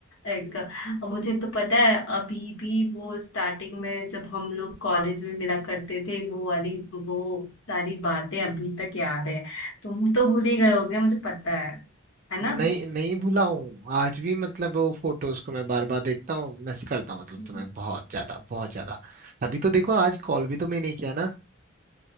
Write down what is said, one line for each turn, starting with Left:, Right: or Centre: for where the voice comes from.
Left: एक मुझे तो पता है अभी भी वो स्टार्टिंग में जब हम लोग कॉलेज में मिला करते थे वो वाली वो सारी बातें अभी तक याद है तुम तो भूल ही गए होगे मुझे पता है है
Right: नहीं
Left: ना
Right: नहीं भूला हूँ आज भी मतलब वो फोटोज को मैं बार बार देखता हूँ मिस करता हूँ मतलब
Left: हम्म।
Right: तुम्हें बहुत ज्यादा बहुत ज्यादा तभी तो देखो आज कॉल भी तो मैं नहीं किया ना